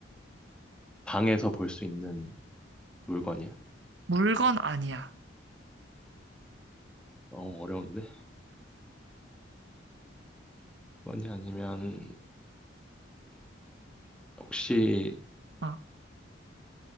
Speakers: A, in the centre; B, on the right.
A: 방에서 볼 수 있는 물건이야?
B: 물건 아니야.
A: 어, 어려운데. 뭐지? 아니면 혹시
B: 어,